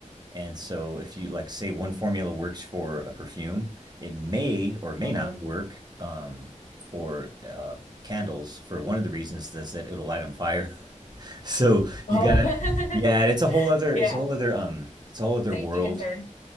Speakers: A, on the right; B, on the left.
A: And so, if you like, say one formula works for a perfume, it may or may
B: hmm
A: not work um, for uh, candles for one of the reasons is that it'll light on fire. <laughs> So you
B: Oh,
A: gotta, yeah, it's a whole other,
B: <laughs>
A: it's a whole
B: yeah.
A: other, um, it's a whole other
B: Safety
A: world.
B: concern.